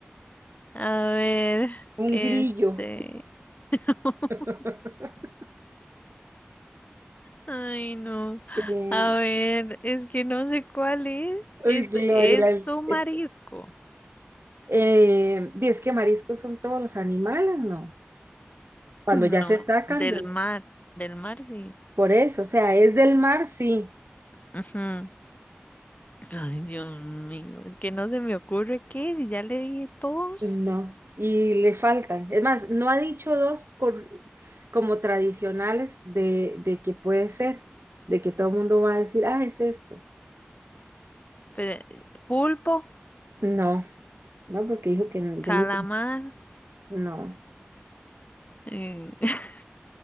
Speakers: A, on the left (about 40°); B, on the right (about 85°).
A: A ver,
B: un
A: este.
B: grillo.
A: <laughs>
B: <laughs>
A: Ay, no.
B: Eh,
A: A ver, es que no sé cuál es.
B: uy,
A: Es,
B: Gloria,
A: es un
B: es,
A: marisco.
B: eh, y es que mariscos son todos los animales, ¿no? Cuando
A: No,
B: ya se sacan
A: del
B: de-
A: mar. Del mar, sí.
B: por eso, o sea, es del mar, sí,
A: Ujú. Ay, Dios mío, es que no se me ocurre qué si ya le dije todos.
B: no, y le faltan. Es más, no ha dicho dos cor- como tradicionales de, de que puede ser, de que todo el mundo va a decir, ah, es esto.
A: Pero, eh, pulpo,
B: No, no, porque dijo que
A: calamar.
B: yo le No,
A: eh, <laughs>